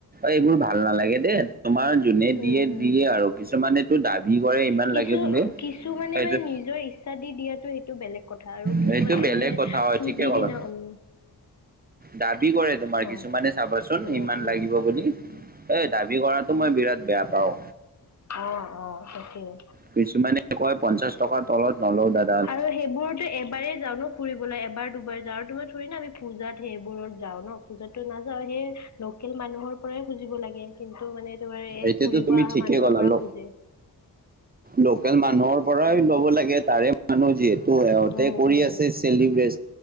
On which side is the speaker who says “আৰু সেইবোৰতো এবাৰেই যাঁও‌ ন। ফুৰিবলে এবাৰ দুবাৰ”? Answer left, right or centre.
Left